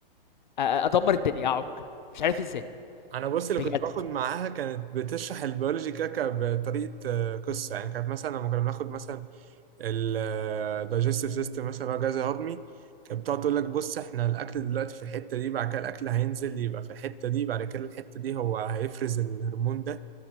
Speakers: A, on the left; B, on the right.
A: أ- ادمر الدنيا اعك مش عارف ازاي
B: انا بص اللي
A: بجد
B: كنت باخد معاها كانت بتشرح البيولوجي كاكا بطريقه آه، قصه يعني كانت مثلا لما كنا بناخد مثلا الدايجستيف سيستم مثلا اللي هو الجهاز الهضمي كانت بتقعد تقول لك بص احنا الاكل دلوقتي في الحته دي بعد كده الاكل هينزل يبقى في الحته دي بعد كده الحته دي هو هيفرز الهرمون ده